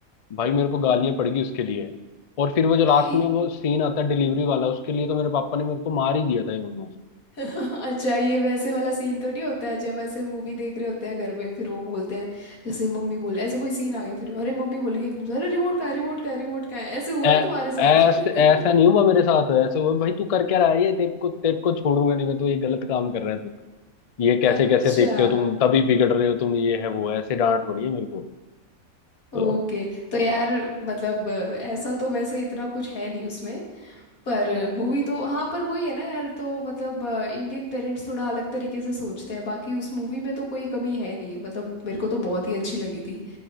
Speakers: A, on the left (about 65°); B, on the left (about 85°).
A: भाई मेरे को गालियां पड़गी उसके लिए और फिर वो जो
B: <laughs>
A: लास्ट में वो सीन आता है डिलीवरी वाला उसके लिए तो मेरे पापा ने मेरे को मार ही दिया था ऑलमोस्ट
B: अच्छा ये वैसे वाला सीन तो नहीं होता है जब ऐसे मूवी देख रहे होते हैं घर में फिर वो बोलते हैं जैसे मम्मी बोले ऐसे कोई सीन आ गया फिर अरे मम्मी बोलेगी एकदम से अरे रिमोट कहाँ है रिमोट कहाँ है रिमोट कहाँ है ऐसे हुआ
A: ऐसा
B: है तुम्हारे साथ <laughs>
A: ऐसा नहीं हुआ मेरे साथ ऐसे हुआ भाई तू कर क्या रहा है ये तेरे को तेरे को छोड़ूंगा नहीं मैं तो ये गलत काम कर रहा है तू ये कैसे
B: अच्छा
A: कैसे देखते हो तुम तभी बिगड़ रहे हो तुम ये है वो है, ऐसे डांट पड़ी है मेरे को तो
B: ओके तो यार मतलब ऐसा तो वैसे इतना कुछ है नहीं उसमें पर मूवी तो हाँ पर वही है ना यार तो मतलब इंडियन पेरेंट्स थोड़ा अलग तरीके से सोचते हैं बाकी उस मूवी में तो कोई कमी है नहीं मतलब मेरे को तो बहुत ही अच्छी लगी थी